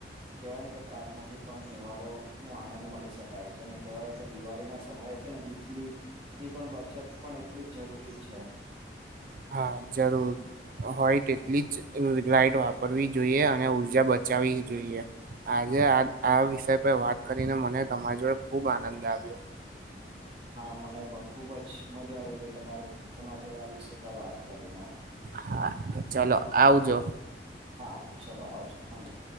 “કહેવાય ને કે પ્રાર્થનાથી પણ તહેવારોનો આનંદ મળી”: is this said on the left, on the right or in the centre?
Right